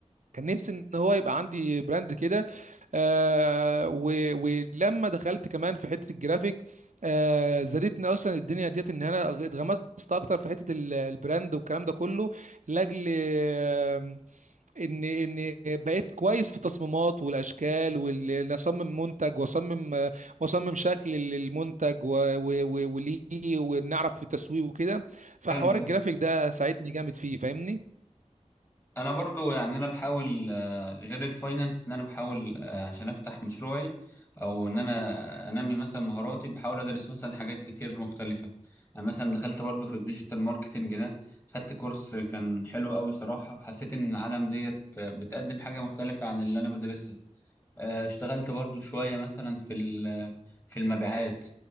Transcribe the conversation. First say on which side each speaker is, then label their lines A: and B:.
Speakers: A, on the right; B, on the left.
A: كان نفسي ان هو يبقى عندي براند كده آه و- ولما دخلت كمان في حته الجرافيك آه زادتني اصلا الدنيا ديت ان انا اتغمست اكتر في حته ال- البراند والكلام ده كله لاجل آه ان ان بقيت كويس في التصميمات والاشكال وان اصمم منتج واصمم آه، واصمم شكل للمنتج و- و- و- وليه ونعرف في التسويق وكده فحوار
B: حلو
A: الجرافيك
B: ده.
A: ده ساعدني جامد فيه فاهمني
B: انا برضو يعني انا بحاول آه، غير الفاينانس ان انا بحاول آه، عشان افتح مشروعي او ان انا انمي مثلا مهاراتي بحاول ادرس مثلا حاجات كتير مختلفه يعني مثلا دخلت برضو في الديجيتال ماركتنج ده خدت كورس كان حلو قوي صراحه حسيت ان العالم ديت آه، بتقدم حاجه مختلفه عن اللي انا بدرسها آه، اشتغلت برضو شوية مثلا في ال- في المبيعات